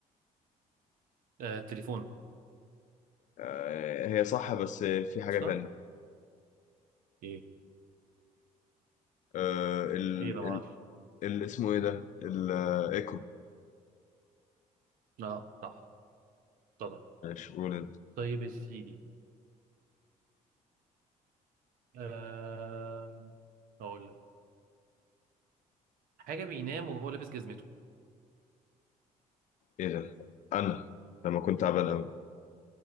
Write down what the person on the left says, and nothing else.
آه، هي صح بس في حاجة
تانية
آه، ال...
ال...
ال... اسمه ايه ده الايكو
ماشي قول انت.
ايه ده انا لما كنت تعبان قوي